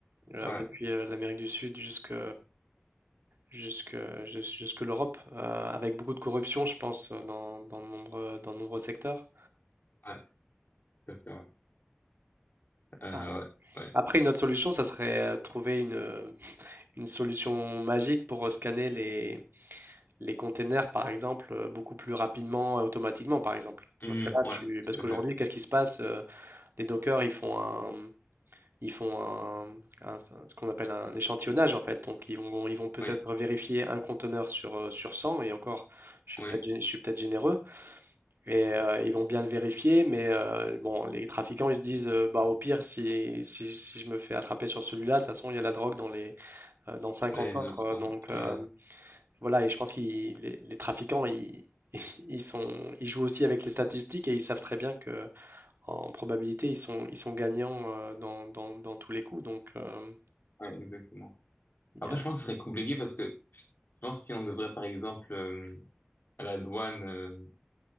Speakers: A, on the right (about 70°); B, on the left (about 60°).
A: euh,
B: ouais,
A: depuis euh, l'Amérique du Sud jusque, jusque, jus- jusque l'Europe, euh, avec beaucoup de corruption, je pense, euh, dans, dans de nombreux, dans de nombreux secteurs.
B: ouais, tout à fait, ouais. Euh,
A: Ah.
B: ouais, ouais,
A: Après, une autre solution, ça serait euh, trouver une, une solution magique pour euh, scanner les, les containers, par exemple, euh, beaucoup plus rapidement, euh, automatiquement, par exemple.
B: Hum,
A: Dans ce cas-là,
B: ouais,
A: tu...
B: tout
A: parce qu'aujourd'hui,
B: à fait.
A: qu'est-ce qui se passe? Euh, Les Docker, ils font un, ils font un, un- ce qu'on appelle un échantillonnage, en fait. Donc, ils vont, ils vont peut-être
B: Oui,
A: vérifier un conteneur sur, euh, sur 100, et encore, je suis
B: oui,
A: peut-être, gé- je suis peut-être généreux, et euh, ils vont bien le vérifier, mais euh, bon, les trafiquants, ils se disent, euh, bah, au pire, si, si, si je me fais attraper sur celui-là, de toute façon, il y a la drogue dans les, euh, dans cinquante
B: les
A: autres,
B: autres,
A: euh,
B: hein.
A: donc...
B: ouais,
A: euh, voilà, et je pense que les, les trafiquants, ils, <laughs> ils sont, ils jouent aussi avec les statistiques et ils savent très bien que en probabilité, ils sont, ils sont gagnants euh, dans, dans- dans tous les coups. Donc, euh,
B: ouais, exactement.
A: il
B: Après,
A: y a...
B: je pense que ce serait compliqué parce que, je pense si on devrait, par exemple, euh, à la douane, euh,